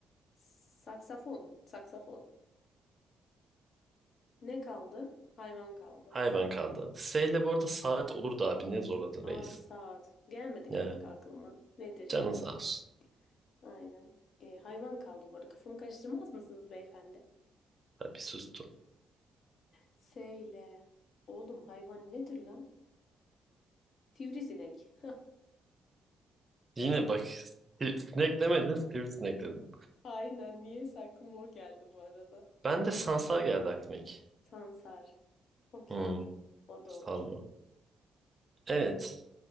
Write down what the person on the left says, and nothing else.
saksafon. Saksafon. Ne kaldı? Hayvan kaldı.
Aa saat. Gelmedi
kanka aklıma. Nedir yani?
Aynen. E, hayvan kaldı bu arada. Kafamı karıştırmaz mısınız beyefendi?
S ile. Oğlum hayvan nedir lan? Sivrisinek.
<laughs> Aynen. Niyeyse aklıma o geldi bu arada.
Sansar. Okey.
O da
olur.